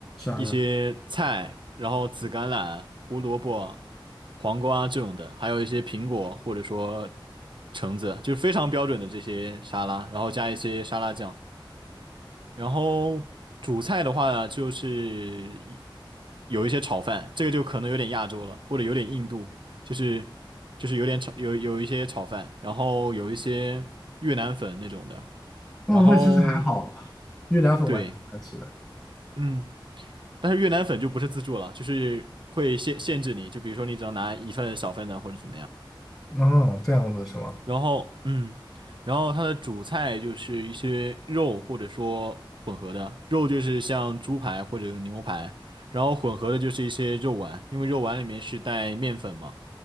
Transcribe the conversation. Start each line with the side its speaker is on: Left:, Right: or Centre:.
Centre: 完了，
Right: 一些菜，然后紫甘蓝、胡萝卜、黄瓜这种的，还有一些苹果或者说橙子，就是非常标准的这些沙拉，然后加一些沙拉酱。然后主菜的话呢，就是有一些炒饭，这个就可能有点亚洲了，或者有点印度，就是就是有点炒有有一些炒饭，然后有一些越南粉那种的，
Centre: 哦，
Right: 然后
Centre: 那其实还好，越南粉我还挺喜欢吃的。
Right: 对，嗯。但是越南粉就不是自助了，就是会限限制你，就比如说你只能拿一份小份的或者怎么样。
Centre: 哦，这样子是吗？
Right: 然后，嗯，然后它的主菜就是一些肉或者说混合的，肉就是像猪排或者牛排，然后混合的就是一些肉丸，因为肉丸里面是带面粉嘛，